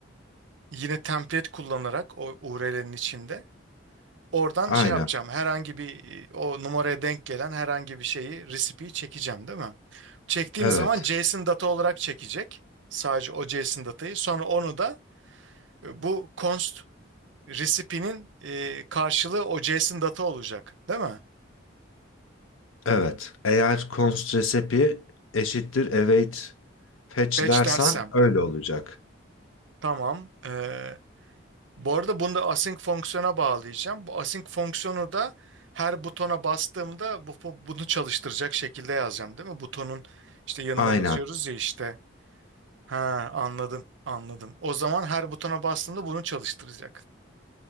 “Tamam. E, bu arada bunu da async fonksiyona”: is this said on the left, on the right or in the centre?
Right